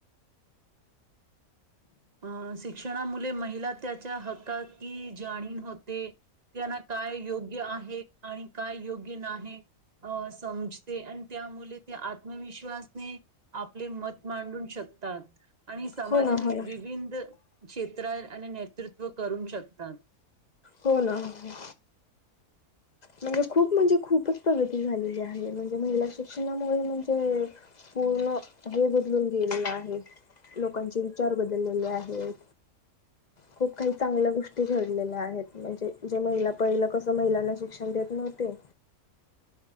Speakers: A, on the right; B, on the left.
A: अं शिक्षणामुले महिला त्याच्या हकाकी जाणीव होते त्यांना काय योग्य आहे आणि काय योग्य नाही अं समजते आणि त्यामुले ते आत्मविश्वासने आपले मत मांडू शकतात. आणि समाजाती
B: हो ना हो ना.
A: विंद क्षेत्रा आणि नेतृत्व करून शकतात.
B: हो ना हो. म्हणजे खूप म्हणजे खूपच प्रगती झालेली आहे. म्हणजे महिला शिक्षणामुळे म्हणजे पूर्ण हे बदलून गेलेलं आहे लोकांचे विचार बदललेले आहेत. खूप काही चांगल्या गोष्टी घडलेल्या आहेत म्हणजे जे महिला पहिलं कस महिलांना शिक्षण देत नव्हते.